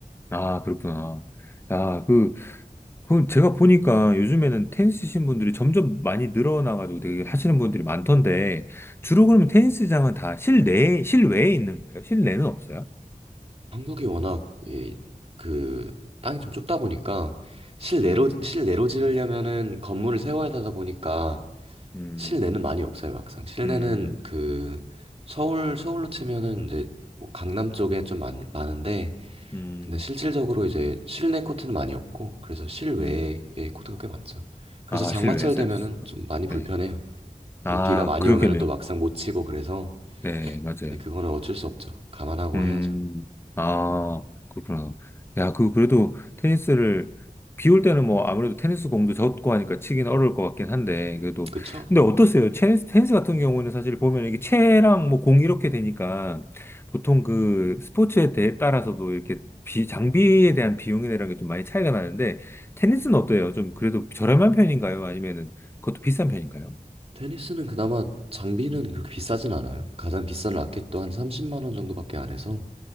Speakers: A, on the left (about 15°); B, on the right (about 40°).
A: 아, 그렇구나. 야, 그, 그 제가 보니까 요즘에는 테니스 치신 분들이 점점 많이 늘어나가지고 되게 하시는 분들이 많던데, 주로 그러면 테니스장은 다 실내에, 실외에 있는 거예요? 실내는 없어요?
B: 한국이 워낙 이, 그 땅이 좀 좁다 보니까 실내로
A: 음,
B: 실내로 지르려면은 건물을 세워야 되다 보니까
A: 음,
B: 실내는 많이 없어요, 막상. 실내는
A: 음,
B: 그 서울 서울로 치면은 이제 뭐 강남 쪽에 좀 많, 많은데
A: 음,
B: 근데 실질적으로 이제 실내 코트는 많이 없고 그래서 실외에
A: 음.
B: 코트가 꽤 많죠. 그래서
A: 아,
B: 장마철
A: 실외에서
B: 되면은
A: 이렇게 치고.
B: 좀 많이 불편해요.
A: 네. 아,
B: 이게 비가 많이
A: 그렇겠네요.
B: 오면은 또 막상 못 치고 그래서
A: 네, 맞아요.
B: 근데 그거는 어쩔 수 없죠. 감안하고
A: 음,
B: 해야죠.
A: 아, 그렇구나. 야, 그, 그래도 테니스를, 비올 때는 뭐 아무래도 테니스 공도 젖고 하니까 치긴 어려울 것 같긴 한데, 그래도.
B: 그쵸?
A: 근데 어떠세요? 테니스, 테니스 같은 경우는 사실 보면 이게 채랑 뭐 공 이렇게 되니까 보통 그 스포츠에 대해 따라서도 이렇게 비, 장비에 대한 비용이나 이런 게 좀 많이 차이가 나는데, 테니스는 어때요? 좀 그래도 저렴한 편인가요? 아니면은 그것도 비싼 편인가요?
B: 테니스는 그나마 장비는 그렇게 비싸진 않아요. 가장 비싼 라켓도 한 30만 원 정도밖에 안 해서